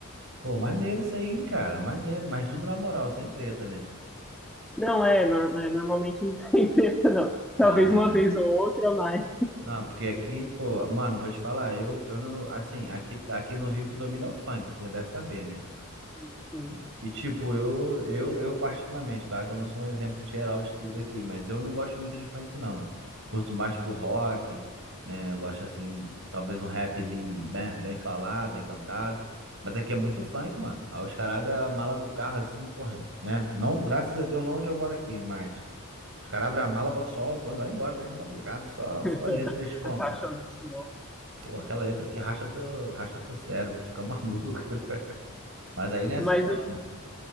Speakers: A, on the right; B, in the centre.
A: Pô, maneiro isso aí, hein, cara. Maneiro, mas tudo na moral, sem treta, né?
B: Não, é, no- é, normalmente não tem <laughs> treta, não.
A: Não,
B: Talvez
A: é.
B: uma vez ou outra, mas.
A: Não, porque aqui, pô, mano, vou te falar, eu, eu não, assim, aqui, aqui no Rio que domina é o funk, você já deve saber, né?
B: Enfim,
A: E, e, tipo, eu, eu, eu particularmente, claro que eu não sou um exemplo geral de tudo aqui, mas eu não gosto muito de funk, não. Curto mais pro rock, né? Eu gosto, assim, talvez um rapzinho bem, bem falado, bem cantado. Mas aqui é muito funk, mano. Aí os caras abrem a mala do carro assim, porra, né? Não, graças a Deus, não onde eu moro aqui, mas os caras abrem a mala, botam só o tom e vai embora, até de madrugada, só, só
B: <laughs>
A: letras como,
B: a paixão disso não. <laughs>
A: pô, aquela letra que racha teu, racha teu cérebro, tu fica maluco. <laughs> Mas aí não é assim,
B: Mas
A: não, né?